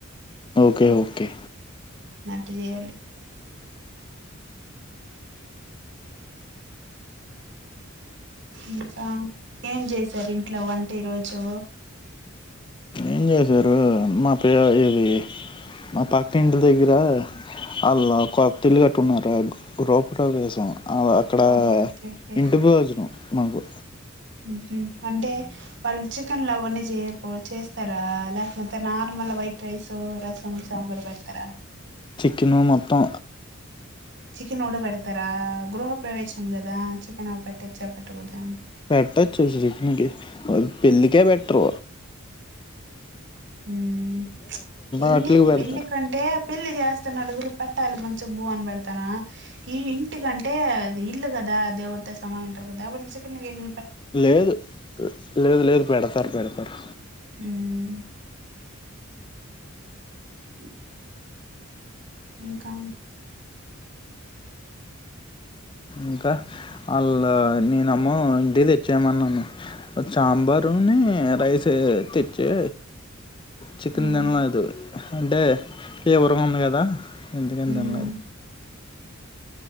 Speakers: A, on the left; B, on the right.
A: Okay okay.
B: టీ చేయాలి. ఇంకా ఏం చేసారు ఇంట్లో వంటీరోజు
A: ఏం చేసారు మా ప ఇది మా పక్క ఇంటి దగ్గర వాళ్ళు కొత్తిల్లు కట్టున్నారు గృహ ప్రవేశం. అవ్ అక్కడ
B: ఓహో ఓకే ఓకే
A: ఇంటి భోజనం మాకు
B: ఉమ్మ్ హూ అంటే వాళ్ళు చికెన్ లవన్నీ చేయర్ చేస్తారా లేకపోతే నార్మల్ వైట్ రైస్ రసం సాంబారు పెడతరా
A: చికెను మొత్తం
B: చికెన్ ఒకటే పేడతారా గృహ ప్రవేశం కదా చికెనవి పెట్టచ్చ పేట్టకుడదా
A: పెట్టచ్చు చికెన్కిపెళ్ళికే పెట్ర్
B: ఉమ్మ్ ఇల్లి
A: వాటికి పెడతారు
B: పేళ్లికంటే పెళ్లి చేస్తే నలుగురు పట్టాలు మంచిగా బూ అని పెడతానా ఈ ఇంటికంటే అది ఇల్లు కదా దేవుడితో సమానం అంటారు కదా లేకపోతే చికెన్లు చేస్
A: లేదు లేదు లేదు పెడతారు పెడతారు.
B: మ్మ్ ఉ ఇంకా
A: ఇంకా వాళ్ళ నేనమ్మో ఇంటి తెచ్చేయ్మన్నాను సాంబారుని రైసే తెచ్చే చికెన్
B: మ్మ్
A: తిన్లేదు. అంటే ఇవరం ఉంది కదా ఎందుకంతన్నావ్
B: మ్మ్